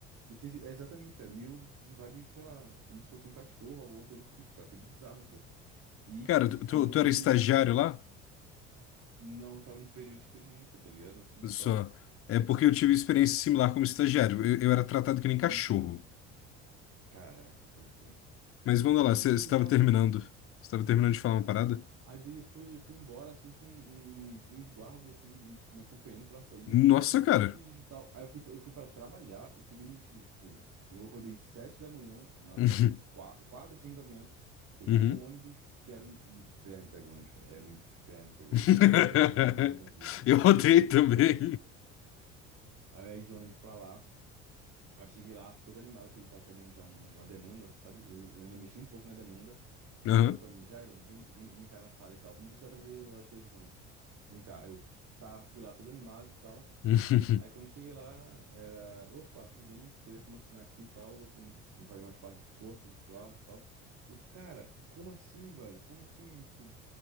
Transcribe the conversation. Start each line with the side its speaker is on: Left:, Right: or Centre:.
Right: já tinha, sido- é exatamente, cara, meio de vibe, sei lá, como se fosse um cachorro, alguma coisa do tipo, cara. Foi bizarro, pô. E
Left: Cara, tu, tu
Right: quando eu
Left: tu
Right: fui,
Left: era estagiário lá?
Right: não tava no período de experiência, tá ligado? Assim,
Left: Só.
Right: e tal.
Left: É porque eu tive experiência similar como estagiário, eu, eu era tratado que nem cachorro.
Right: Uhum. Caraca, pode crer.
Left: Mas manda
Right: É
Left: lá,
Right: meio
Left: você
Right: bizarro,
Left: estava terminando,
Right: né?
Left: você estava terminando de falar uma parada?
Right: Aí daí eu fui, fui embora, assim, com um, um, uns, uns guardas, assim, me acompanhando pra sair. Eu, caraca,
Left: Nossa,
Right: o que
Left: cara!
Right: é que eu fiz e tal? Aí eu fui, eu fui pra trabalhar, eu fui demitido, tipo... Eu acordei sete da manhã, na
Left: <laughs>
Right: verdade, quatro, quatro, ou cinco da manhã. Peguei
Left: Uhum.
Right: o ônibus, que era um inferno pegar ônibus, cara. Era um inferno pegar
Left: <laughs>
Right: ônibus. Não quero pegar ônibus nunca mais na vida, por
Left: Eu odeio
Right: Deus,
Left: também.
Right: nunca mais na vida. Aí eu ia de ônibus pra lá. Eu cheguei lá todo animado, porque a gente tava terminando já um, uma demanda, tu sabe? Eu, eu ainda mexi um pouco na demanda. Ela
Left: <laughs> Aham.
Right: ligou pra mim, Jairo, vem, vem, vem cá na sala e tal. Não precisa trazer as coisas, não. Vem cá. Eu tá, fui lá todo animado e tal.
Left: <laughs>
Right: Aí quando eu cheguei lá, era, opa, tudo bem, você vê como assinar aqui e tal, você não, não faz mais parte do corpo, sei lá, tal. Eu, cara, como assim, velho? Como assim? Tipo,